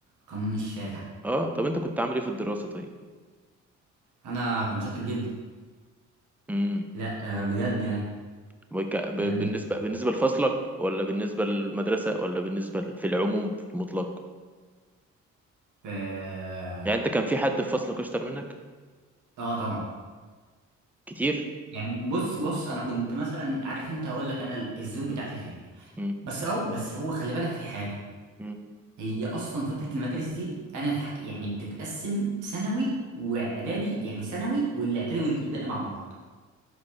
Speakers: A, on the right; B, in the centre.
A: قانون الشارع
B: اه طب انت كنت عامل ايه في الدراسه طيب
A: انا كنت شاطر جدا
B: امم
A: لا آه، بجد يعني
B: وك... ب... بالنسبه
A: يعني
B: بالنسبه لفصلك ولا بالنسبه للمدرسه ولا بالنسبه ل- في العموم في المطلق
A: في اه
B: يعني انت كان في حد في فصلك اشطر منك
A: آه، طبعا
B: كتير
A: يعني بص بص انا كنت مثلا عارف انت هقول لك انا الزوم بتاعتي فين
B: امم
A: بس او بس هو خلي بالك في حاجه
B: امم
A: هي اصلا فتره المدارس دي انا في ح- يعني بتتقسم ثانوي واعدادي يعني ثانوي والاعدادي والابتدائي مع بعض